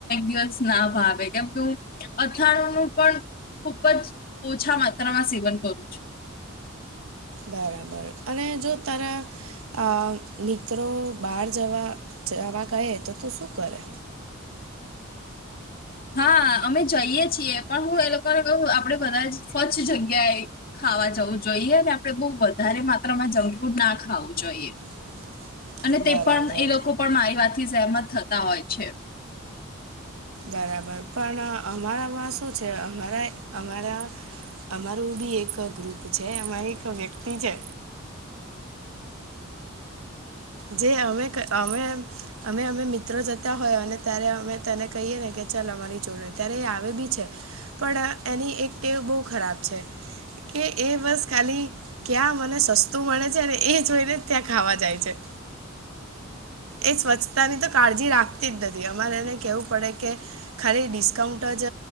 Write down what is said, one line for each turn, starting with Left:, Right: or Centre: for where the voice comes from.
Left: દિવસ ના ભાવે કેમ કે હ અથાણું નું પણ ખુબ જ ઓછા માત્રામાં સેવન કરું છું.
Right: બરાબર અને જો તારા અ મિત્રો બહાર જવા જવા કહે તો તું શું કરે?
Left: હા અમે જઈએ છીએ પણ હું એ લોકોને કહ આપડે બધા સ્વચ્છ જગ્યાએ ખાવા જવું જોઈએ અને આપણે બહ વધારે માત્રામાં જંક ફૂડ ના ખાવું જોઈએ.
Right: <inaudible>
Left: અને તે
Right: બરાબર
Left: પણ એ લોકો પણ મારી વાતથી સહેમત થતા હોય છે.
Right: બરાબર પણ અમારામાં શું છે અમારા અમારા અમારું બી એક ગ્રુપ છે અમારી એક વ્યક્તિ છે. જે અમે અમે અમે અમે મિત્રો જતા હોય અને ત્યારે અમે તેને કહીએ ને કે ચાલ અમારી જોડે ત્યારે એ આવે બી છે પણ. એની એક ટેવ બહુ ખરાબ છે. કે એ બસ ખાલી ક્યાં મને સસ્તું મળે છે ને એ જોઈને ત્યાં ખાવા જાય છે. એ સ્વચ્છતા ની તો કાળજી રાખતી જ નથી અમારે એને કેવું પડે કે ખાલી ડિસ્કાઉન્ટ જ